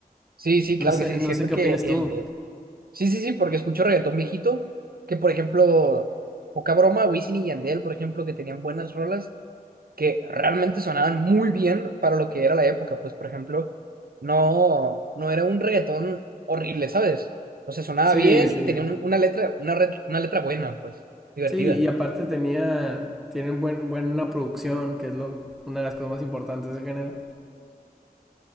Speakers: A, on the right; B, in the centre.
A: Sí, sí,
B: No
A: claro
B: sé,
A: que sí.
B: no
A: Siento
B: sé qué
A: que
B: opinas
A: el,
B: tú.
A: eh, Sí, sí, sí, porque escucho reggaetón viejito, que por ejemplo, poca broma, Wisin y Yandel, por ejemplo, que tenían buenas rolas que realmente sonaban muy bien para lo que era la época, pues por ejemplo, no, no era un reggaetón horrible, ¿sabes? O sea, sonaba
B: Sí,
A: bien
B: sí.
A: y tenía un- una letra, una, re- una letra buena, pues, divertida,
B: Sí, y aparte tenía, tiene un buen, buena producción, que es lo, una de las cosas más importantes del género.